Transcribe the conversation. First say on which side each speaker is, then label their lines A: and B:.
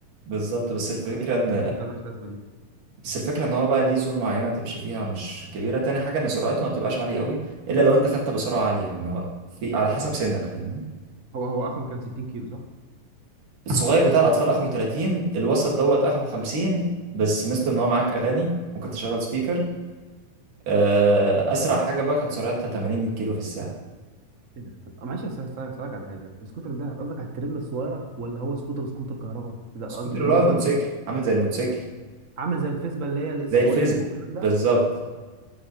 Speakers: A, on the right; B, on the right.
A: بالظبط بس الفكرة
B: حته
A: ان
B: حته مالهاش لازمه دي
A: بس الفكرة ان هو بقى ليه زون معينة تمشي فيها مش كبيرة تاني حاجة ان سرعته ما تبقاش عالية قوي الا لو انت خدت بسرعة عالية يعني هو في على حسب سنك فاهمني
B: هو هو اخره كام 60 كيلو صح؟
A: الصغير بتاع الاطفال اخره 30 الوسط دوت اخره 50 بس ميزته ان هو معاك اغاني ممكن تشغل سبيكر آه، اسرع حاجة بقى كانت سرعتها 80 كيلو في الساعة
B: ايه ده طب معلش أس- أس- اسالك على حاجه السكوتر ده قصدك على التريلا الصغيره ولا هو سكوتر سكوتر كهرباء لا
A: سكوتر
B: قصدي اللي
A: اللي هو
B: هو سكوتر
A: موتوسيكل عامل زي الموتوسيكل
B: عامل زي الفيسبا اللي هي الاس
A: زي الفيسبا
B: واي ام والكلام ده
A: بالظبط